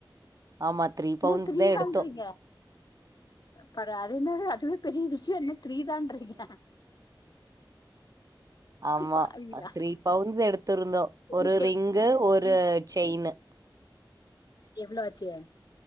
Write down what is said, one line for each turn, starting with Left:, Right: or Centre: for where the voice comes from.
Right: ஆமா த்ரீ
Left: என்ன
Right: பவுன்ஸ்
Left: த்ரீ
Right: தா எடுத்தோ
Left: தாங்றீங்க பெற அது என்ன அதுவே பெரிய விஷயோ என்ன த்ரீ தான்றீங்க
Right: ஆமா
Left: பாவிங்களா
Right: த்ரீ பவுண்ஸ் எடுத்துருந்தோ
Left: த்ரீக்கு
Right: ஒரு ரிங் கு ஒரு
Left: த்ரீ
Right: செயின்னு
Left: எவ்ளோ ஆச்சு